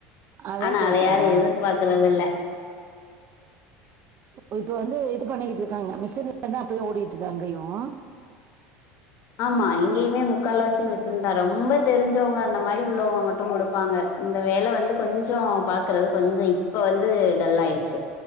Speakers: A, on the right; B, on the left.
A: அதா
B: ஆனா
A: கேக்குறேன்
B: அத யாரும்
A: ஆ.
B: எதிர்பார்க்குறது இல்ல
A: ஓ இப்ப வந்து இது பண்ணிக்கிட்டு இருக்காங்க மிஷின்லதா அப்பையும் ஓடிகிட்டு இருக்கா அங்கையும்
B: ஆமா இங்கேயுமே முக்கால்வாசி மிஷின் தா ரொம்ப தெரிஞ்சவுங்க அந்த மாரி உள்ளவுங்க மட்டும் குடுப்பாங்க இந்த வேல வந்து கொஞ்சம் பாக்குறது கொஞ்சம் இப்ப வந்து டல்லா ஆயிடுச்சு